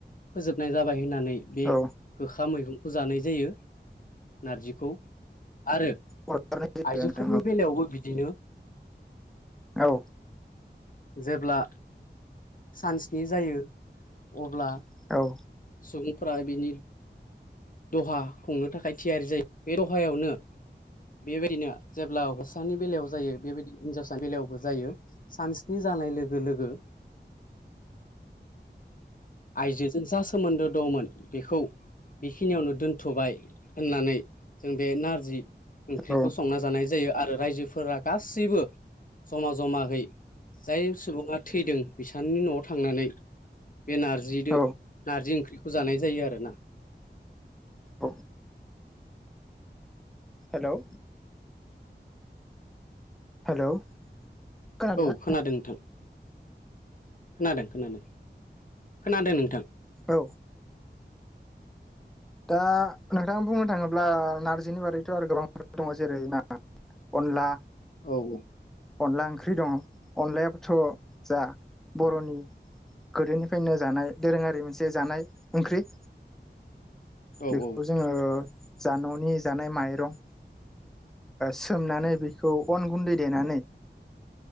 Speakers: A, on the left; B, in the centre.
A: फोजोबनाय जाबाय होननानै बे
B: औ
A: गोखा मैगंखौ जानाय जायो। नारजिखौ आरो
B: औ
A: आइजोफोरनि
B: नोंथां
A: बेलायावबो बिदिनो
B: औ
A: जेब्ला सानस्नि जायो अब्ला
B: औ
A: सुबुंफ्रा बिनि दहा खुंनो थाखाय थियारि जायो बे दहायावनो बेबायदिनो जेब्ला हौसानि बेलायाव जायो बेबायदि हिनजावसा बेलायावबो जायो सानस्नि जानाय लोगो लोगो आइजोजों जा सोमोन्दो दंमोन बेखौ बेखिनियावनो दोन्थ'बाय होननानै जों बे नारजि ओंख्रिखौ
B: औ
A: संना जानाय जायो आरो रायजोफोरा गासैबो जमा जमायै जाय सुबुङा थैदों बिसनि न'आव थांनानै बे नारजिदो
B: औ
A: नारजि ओंख्रिखौ जानाय जायो आरो।
B: औ हेलौ। हेलौ खोनादोंना
A: औ खोनादों नोंथां। खोनादों खोनादों। खोनादों नोंथां
B: औ। दा नोंथाङा बुंनो थाङोब्ला नारजिनि बारैथ' आरो गोबां दङ जेरै ना। अनला
A: औ औ।
B: अनला ओंख्रि दं अनलायाबाथ' जा बर'नि गोदोनिफ्रायनो जानाय दोरोङारि मोनसे जानाय ओंख्रि
A: औ
B: बेखौ जोङो जा न'नि जानाय माइरं सोमनानै बेखौ अन गुन्दै देनानै